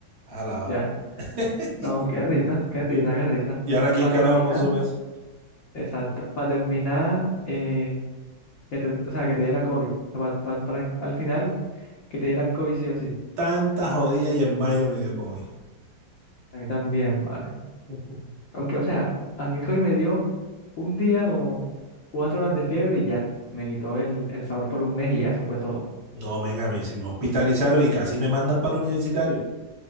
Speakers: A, on the right; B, on the left.
A: a lavar.
B: ya.
A: <laughs>
B: No, qué risa, qué risa,
A: Yo-
B: qué risa.
A: Y ahora, ¿quién
B: Para
A: carajo
B: terminar,
A: consume eso?
B: exacto, para terminar, eh, que te- o sea, que te diera COVID. Pa- pa- para, al final, que te dieran COVID sí o sí.
A: Tanta jodida y en mayo me dio COVID.
B: A mí también, vale.
A: <laughs>
B: Aunque, o sea, a mí el COVID me dio un día como cuatro horas de fiebre y ya. Me quitó el, el sabor por un mes y ya, eso fue todo.
A: No, men, a mí sí me hospitalizaron y casi me mandan para el universitario.